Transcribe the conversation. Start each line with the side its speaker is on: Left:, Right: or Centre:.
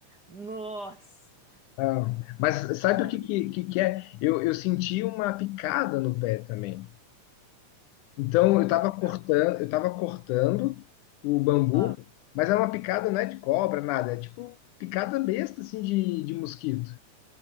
Right: <laughs> nossa.
Left: ah, mas sabe
Right: Aí,
Left: o que que, que que é? Eu, eu senti uma picada no pé também. Então, eu
Right: picado.
Left: tava cortando, eu tava cortando o bambu,
Right: Ah,
Left: mas era uma picada não é de cobra, nada, é tipo picada besta assim de, de mosquito.